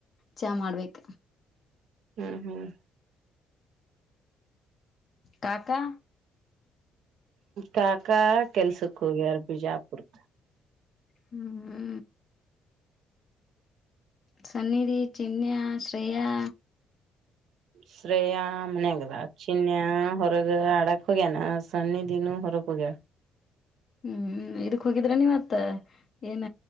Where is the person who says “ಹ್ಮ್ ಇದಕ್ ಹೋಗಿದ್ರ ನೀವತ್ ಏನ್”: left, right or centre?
Left